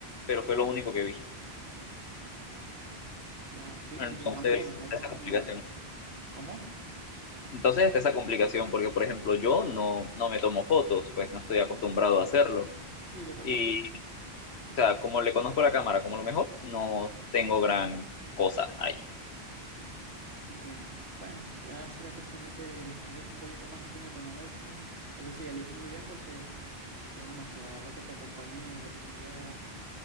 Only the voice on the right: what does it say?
vale, sí,
la cámara de los iPhones
es muy buena. ¿Cómo?
Sí, yo tampoco.
Entiendo. Bueno, ya sería cuestión de que investigues un poquito más antes de tomar la decisión. Eso sí, elige muy bien porque, porque bueno, será lo que te acompañe de aquí a,